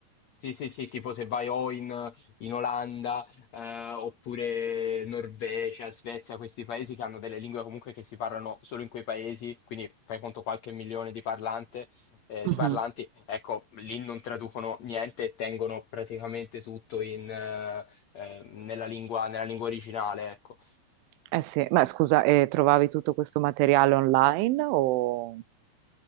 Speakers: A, on the left (about 80°); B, on the right (about 90°).
A: Sì, sì, sì, tipo se vai o in, in Olanda, eh, oppure Norvegia, Svezia, questi paesi che hanno delle lingue comunque che si parlano solo in quei paesi, quindi fai conto qualche milione di parlante, eh,
B: Mhm.
A: di parlanti, ecco, lì non traducono niente e tengono praticamente tutto in, eh, eh, nella lingua, nella lingua originale, ecco.
B: Eh sì, ma scusa, eh, trovavi tutto questo materiale online o...